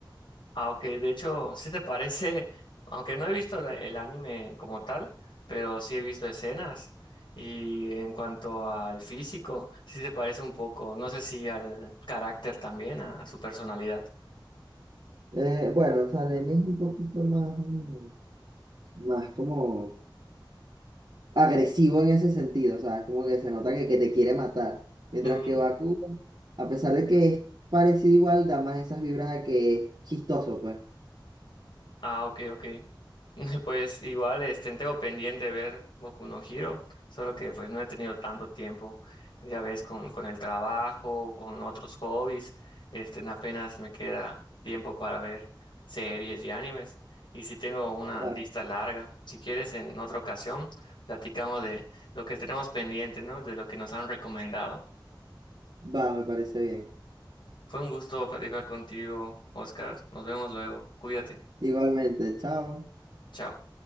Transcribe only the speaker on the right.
Eh, bueno, o sea, el anime es un poquito más, mm, más como agresivo en ese sentido, o sea, es como que se nota que, que te quiere matar. Mientras
que Baku, a pesar de que es parecido igual, da más esas vibras de que es chistoso, pues.
Claro.
Va, me parece bien.
Igualmente, chao.